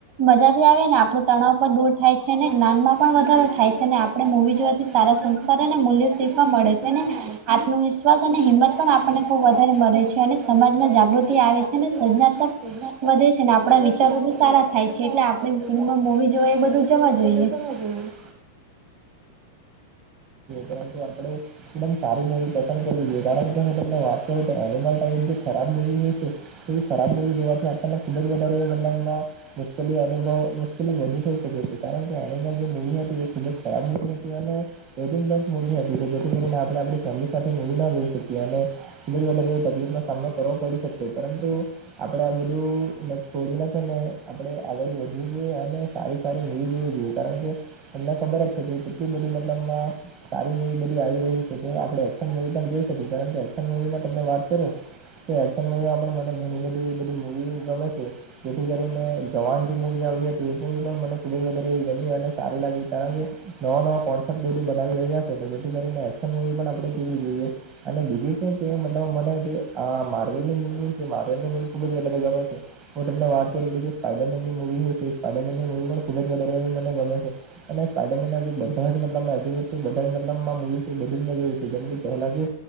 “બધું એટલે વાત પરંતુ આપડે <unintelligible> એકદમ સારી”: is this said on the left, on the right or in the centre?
Right